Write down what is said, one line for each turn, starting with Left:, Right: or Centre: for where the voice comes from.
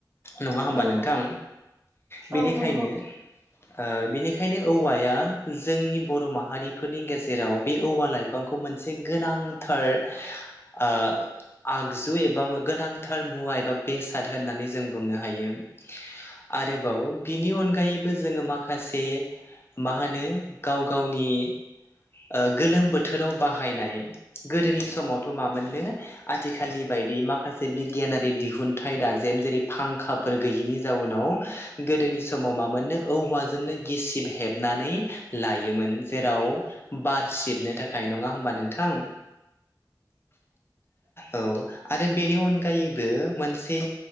Left: नङा होमबा
Right: औ
Left: नोंथां? बेनिखायनो
Right: औ नंगौ
Left: ओ बेनिखायनो औवाया जोंनि बर' माहारिफोरनि गेजेराव बे औवा लाइफांखौ मो मोनसे गोनांथार ओ आगजु एबा गोनांथार मुवा एबा बेसाद होननानै जों बुंनो हायो आरोबाव बिनि अनगायैबो जोङो माखासे मा होनो गाव गावनि ओ गोलोम बोथोराव बाहायनाय गोदोनि समावथ' मा मोननो आथिखालनि बा माखसे बिगियानारि दिहुनथाइ दाजेम जेरै फांखाफोर गैयिनि जाउनाव गोदोनि समाव मा मोननो औवाजोंनो गिसिब हेबना नै लायोमोन जेराव बार सिबनो था खाय नङा होमबा नोंथां औ आरो बेनि अनगायैबो मोनसे